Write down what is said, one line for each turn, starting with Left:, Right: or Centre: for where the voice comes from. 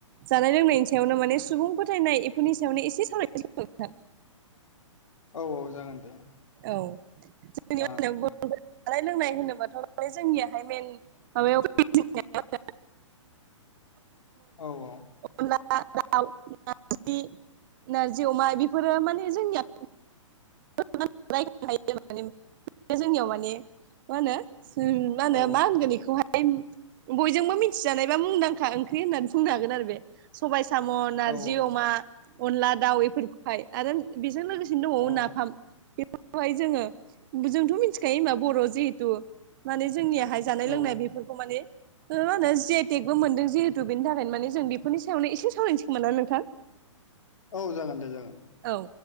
Right: जानाय लोंनायनि सायावनो माने सुबुं फोथायनाय बेफोरनि सायावनो एसे सावरायनोसै
Left: औ औ जागोन दे
Right: औ जोंनि
Left: आ
Right: जानाय लोंनाय होनोबाथ' जोंनियाहाय मेन माबायाव
Left: औ औ
Right: अनला दाउ नारजि नारजि अमा बेफोरो माने जोंनिया <unintelligible> जोंनियाव माने मा होनो मा होनो
Left: औ
Right: मा होनगोन बेखौहाय बयजोंबो मिथिजानायबा मुंदांखा ओंख्रि होननानै बुंनो हागोन आरो बे सबाय साम' नारजि
Left: औ
Right: अमा अनला दाउ बेफोरखौहाय आरो बेजों लोगोसे दंबावो
Left: औ
Right: नाफाम बेखौहाय जोंङो जोंथ' मिथिखायो होमबा बर' जिहेथु माने जोंनिया जानाय लोंनाय
Left: औ
Right: बेफोरखौ माने मा होनो जि आइ टेक बबो मोनदों जिहेथु बेनि थाखायनो माने जों बेफोरनि सायावनो एसें सावरायनोसो नामा नोंथां
Left: औ जागोन दे जागोन
Right: औ